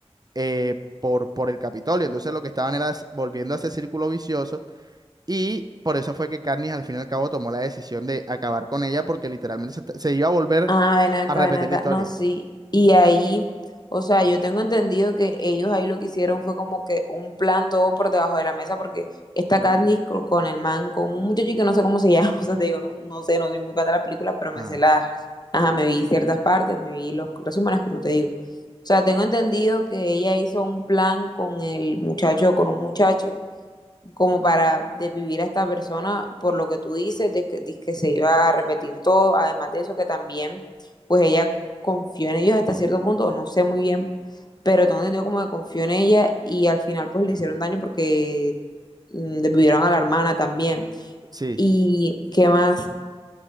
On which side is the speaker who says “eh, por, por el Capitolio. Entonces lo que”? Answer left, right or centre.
Right